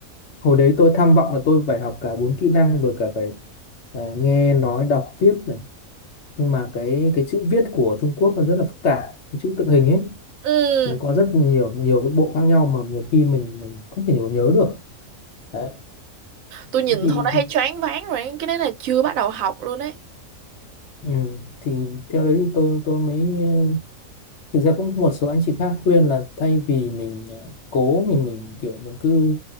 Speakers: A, on the left (about 60°); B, on the right (about 75°).
A: hồi đấy tôi tham vọng là tôi phải học cả bốn kỹ năng vừa cả phải à, nghe nói đọc viết này nhưng mà cái cái chữ viết của Trung Quốc nó rất là phức tạp cái chữ tượng hình ấy
B: ừ
A: nó có rất nhiều nhiều cái bộ khác nhau mà nhiều khi mình mình không thể nhớ được đấy
B: tôi nhìn
A: Thế thì
B: thôi đã
A: thì
B: thấy choáng váng rồi cái đấy là chưa bắt đầu học luôn đấy
A: ừ, thì theo đấy thì tôi tôi mới ờ, thực ra cũng một số anh chị khác khuyên là thay vì mình ờ, cố mình mình kiểu mình cứ